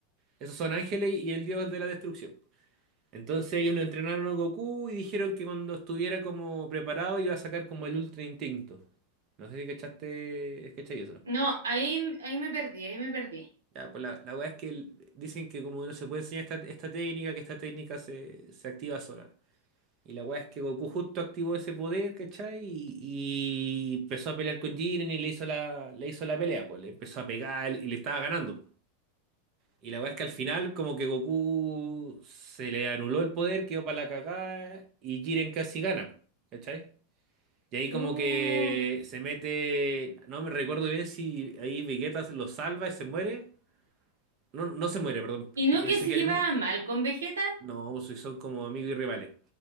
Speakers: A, on the right (about 45°); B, on the right (about 85°).
A: Esos son ángeles y el dios de la destrucción. Entonces ellos lo entrenaron a Goku y dijeron que cuando estuviera como preparado iba a sacar como el Ultra Instinto. No sé si cachaste, cachai eso.
B: No, ahí, ahí me perdí, ahí me perdí.
A: Ya, pues la, la weá es que el- dicen que como no se puede enseñar esta, esta técnica, que esta técnica se, se activa sola. Y la weá es que Goku justo activó ese poder, ¿cachai? Y, y empezó a pelear con Jiren y le hizo la, le hizo la pelea, pues le empezó a pegar y le estaba ganando. Y la weá es que al final como que Goku se le anuló el poder, quedó para la cagada y Jiren casi gana, ¿cachai? Y ahí
B: Chu.
A: como que se mete, no me recuerdo bien si ahí Vegeta se lo salva y se muere. No, no se muere, perdón.
B: ¿Y no
A: Eh,
B: que
A: Se
B: se
A: queda
B: llevaba
A: eliminado.
B: mal con Vegeta?
A: No, pues son como amigos y rivales.